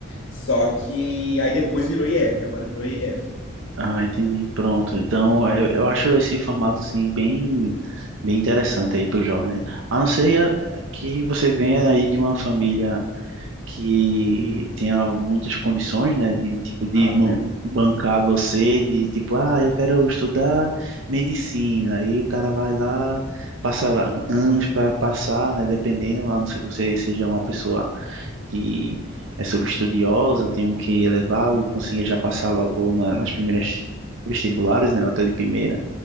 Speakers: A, on the left; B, on the right.
A: Só que aí depois virou IF, agora virou IF,
B: Ah, entendi. Pronto. Então, é, eu acho esse formato assim bem, bem interessante aí para o jovem, né? A não ser eh, que você venha aí de uma família que tenha muitas condições, né? De tipo de
A: sabe,
B: ban-
A: né?
B: bancar você, de tipo, ah, eu quero estudar medicina. Aí o cara vai lá, passa anos para passar, né? Dependendo, a não ser que você seja uma pessoa que é super estudiosa, tem um QI elevado e consegue já passar logo na- nas primeiras vestibulares, né, nota de primeira.